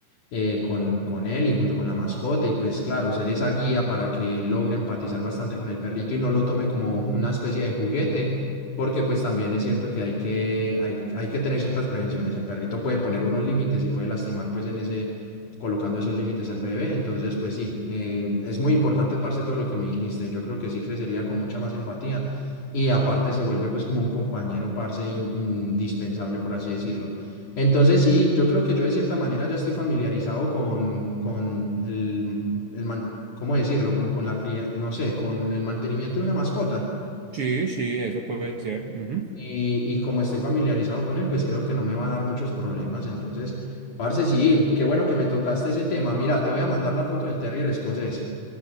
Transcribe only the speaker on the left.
eh, con, con él y junto con la mascota y pues claro, ser esa guía para que él logre empatizar bastante con el perrito y no lo tome como una especie de juguete, porque pues también es cierto que hay que, hay, hay que tener ciertas prevenciones, el perrito puede poner unos límites y puede lastimar pues en ese, colocando esos límites al bebé, entonces pues sí, eh, es muy importante, parce, todo lo que me dijiste, yo creo que sí crecería con mucha más empatía. Y aparte se vuelve pues como un compañero, parce, in- indispensable, por así decirlo. Entonces sí, yo creo que yo de cierta manera ya estoy familiarizado con, con el, el man- ¿cómo decirlo? Como con la cría, no sé, con el mantenimiento de una mascota.
Y, y como estoy familiarizado con él, pues creo que no me va a dar muchos problemas. Entonces, parce, sí, qué bueno que me tocaste ese tema. Mira, te voy a mandar la foto del terrier escocés.